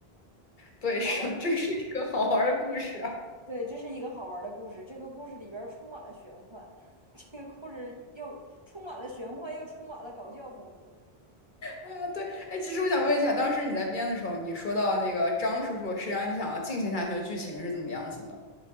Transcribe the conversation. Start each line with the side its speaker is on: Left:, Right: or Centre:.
Left: 对，
Right: 好了，
Left: 是的，这是一个好玩儿的故事啊！
Right: 对，这是一个好玩的故事。这个故事里边儿充满了玄幻，<laughs> 这个故事又充满了玄幻，又充满了搞笑风格。
Left: 哎呀对，哎，其实我想问一下，当时你在编的时候，你说到那个张叔叔，实际上你想要进行下去的剧情是怎么样子的？